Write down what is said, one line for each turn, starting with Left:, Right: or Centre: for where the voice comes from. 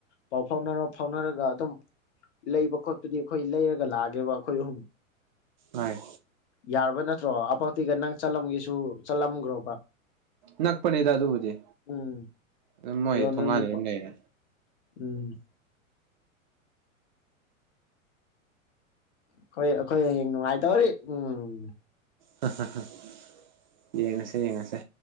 Left: ꯄꯥꯎ ꯐꯥꯎꯅꯔ ꯐꯥꯎꯅꯔꯒ ꯑꯗꯨꯝ ꯂꯩꯕ ꯈꯣꯠꯄꯗꯤ ꯑꯩꯈꯣꯏ ꯂꯩꯔꯒ ꯂꯥꯛꯑꯒꯦꯕ ꯑꯩꯈꯣꯏ ꯑꯍꯨꯝ
Right: ꯍ‌ꯣꯏ
Left: ꯌꯥꯔꯕ ꯅꯠꯇ꯭ꯔꯣ ꯑꯄꯛꯇꯤꯒ ꯅꯪ ꯆꯠꯂꯝꯒꯦꯁꯨ ꯆꯠꯂꯝꯈ꯭ꯔꯣꯕ
Right: ꯅꯛꯄꯅꯤꯗ ꯑꯗꯨꯕꯨꯗꯤ
Left: ꯎꯝ
Right: ꯑꯗꯨꯝ ꯃꯣꯏ
Left: ꯑꯗꯣ
Right: ꯊꯣꯡꯒꯥꯟꯅ
Left: ꯅꯣꯏꯅꯤ
Right: ꯑꯗꯨꯝ ꯂꯩꯔꯦ
Left: ꯎꯝ ꯑꯩꯈꯣꯏ ꯑꯩꯈꯣꯏ ꯍꯌꯦꯡ ꯅꯨꯡꯉꯥꯏꯇꯧꯔꯤ ꯎꯝ
Right: <unintelligible> ꯌꯦꯡꯉꯁꯦ ꯌꯦꯡꯉꯁꯦ